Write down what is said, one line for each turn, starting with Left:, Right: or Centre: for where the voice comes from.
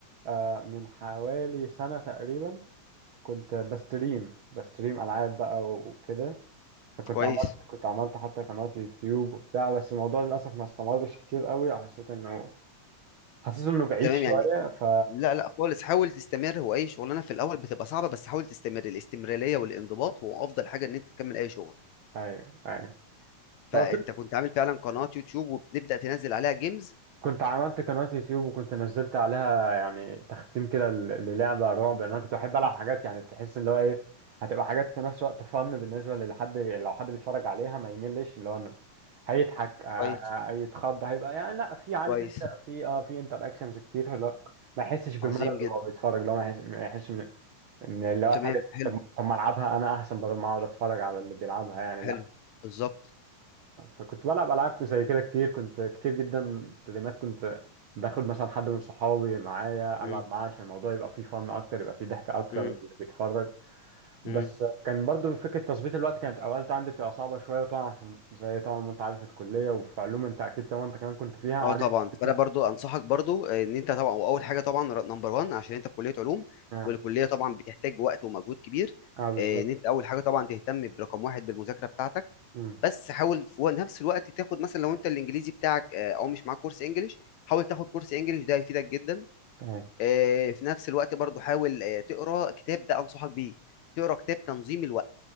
Right: آه من حوالي سنه تقريبا كنت بستريم بستريم العاب بقى وكده فكنت
Left: كويس
Right: عملت كنت عملت حتى قناه يوتيوب وبتاع بس الموضوع للاسف ما استمرش كتير قوي حسيت انه حسيت انه بعيد
Left: تمام
Right: شويه
Left: يعني
Right: ف
Left: لا لا خالص حاول تستمر هو اي شغلانه في الاول بتبقى صعبه بس حاول تستمر الاستمراريه والانضباط هو افضل حاجه ان انت تكمل اي شغل
Right: ايوه ايوه
Left: فانت
Right: هو
Left: كنت عامل فعلا قناة يوتيوب وبتبدأ تنزل عليها جيمز
Right: كنت عملت قناة يوتيوب وكنت نزلت عليها يعني تختيم كده ل- للعبة رعب لأن أنا كنت بحب ألعب حاجات يعني تحس اللي هو إيه هتبقى حاجات في نفس الوقت فن بالنسبة لحد لو حد بيتفرج عليها ما يملش اللي هو إنه هيضحك آه،
Left: كويس
Right: هيتخض هيبقى يعني لا في عارف
Left: كويس
Right: أنت في أه في انتر أكشنز كتير اللي هو ما يحسش بملل
Left: عظيم جدا
Right: وهو بيتفرج اللي هو ما يحس ما يحسش إن إن اللي هو
Left: تمام
Right: الحاجة
Left: حلو
Right: طب طب ما ألعبها أنا أحسن بدل ما أقعد أتفرج على اللي بيلعبها يعني
Left: حلو
Right: لا
Left: بالظبط
Right: فكنت بلعب العاب زي كده كتير كنت كتير جدا ستريمات كنت باخد مثلا حد من صحابي معايا
Left: مم،
Right: العب معاه عشان الموضوع يبقى فيه فن اكتر يبقى فيه ضحك اكتر
Left: مم،
Right: اللي بيتفرج بس
Left: مم.
Right: كان برضو فكره تظبيط الوقت كانت اوقات عندي بتبقى صعبه شويه وطبعا عشان زي طبعا ما انت عارف الكليه وفي علوم انت اكيد طبعا انت كمان كنت فيها
Left: اه
Right: عارف
Left: طبعا فانا
Right: انت
Left: برضو انصحك برضو ان انت طبعا واول حاجه طبعا نمبر 1 عشان انت في كليه علوم
Right: اه,
Left: والكليه طبعا بتحتاج وقت ومجهود كبير
Right: آه بالظبط
Left: آه، ان انت اول حاجه طبعا تهتم برقم واحد بالمذاكره بتاعتك
Right: امم
Left: بس حاول في نفس الوقت تاخد مثلا لو انت الانجليزي بتاعك آه، او مش معاك كورس انجليش حاول تاخد كورس انجليش ده هيفيدك جدا
Right: طيب
Left: آه، في نفس الوقت برضو حاول آه، تقرا كتاب ده انصحك بيه تقرا كتاب تنظيم الوقت